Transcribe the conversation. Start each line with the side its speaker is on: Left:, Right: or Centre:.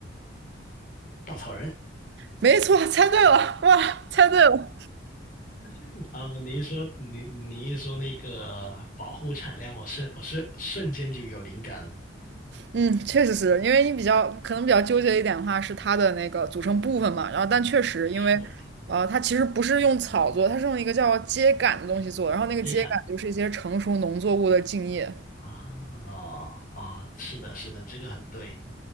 Left: 稻草人
Right: 没错，猜对了，哇，猜对了。
Left: <laughs> 啊！你一说你你一说那个保护产量，我是我是瞬间就有灵感了，
Right: 嗯，确实是因为你比较可能比较纠结一点的话是它的那个组成部分嘛，然后但确实因为呃它其实不是用草做，
Left: 是
Right: 它是用一个叫秸秆的东西做，然后那个秸秆就是一些成熟农作物的茎叶。
Left: 接感啊啊！是的，是的，这个很对。